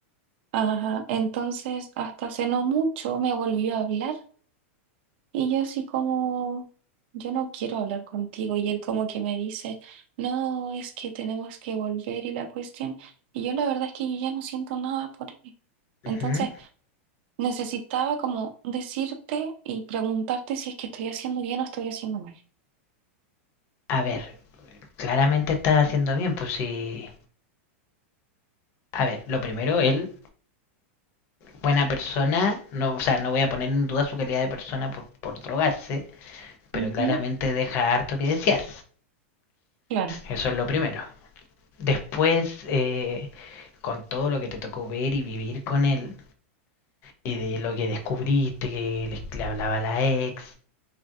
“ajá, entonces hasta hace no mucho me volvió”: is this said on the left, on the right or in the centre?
Right